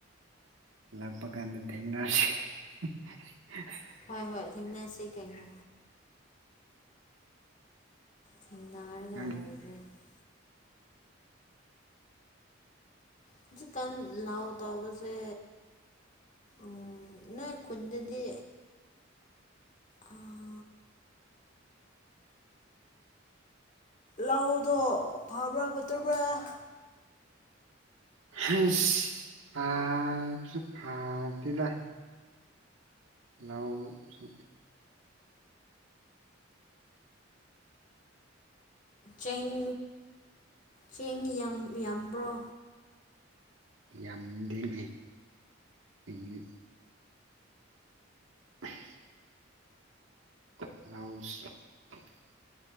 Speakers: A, on the right; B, on the left.
A: ꯂꯥꯛꯄ ꯀꯥꯟꯗ ꯊꯦꯡꯅꯁꯤ <unintelligible>
B: ꯍꯣꯏ ꯍꯣꯏ ꯊꯦꯡꯅꯁꯤ ꯀꯩꯅꯣ ꯊꯦꯡꯅꯔꯒꯥ
A: <unintelligible>
B: <unintelligible> ꯍꯧꯖꯤꯛꯀꯥꯟ ꯂꯥꯎ ꯇꯧꯕꯁꯦ ꯎꯝ ꯅꯣꯏ ꯈꯨꯟꯗꯗꯤ ꯑꯥ ꯂꯧꯗꯣ ꯐꯕ꯭ꯔꯥ ꯐꯠꯇꯕ꯭ꯔꯥ
A: <unintelligible> ꯐꯥꯕꯁꯨ ꯐꯗꯦꯗ ꯂꯧꯁꯨ
B: ꯆꯦꯡ ꯆꯦꯡ ꯌꯥꯝ ꯌꯥꯝꯕ꯭ꯔꯣ
A: ꯌꯥꯝꯗꯦꯅꯦ ꯑꯩꯅ <unintelligible> <unintelligible>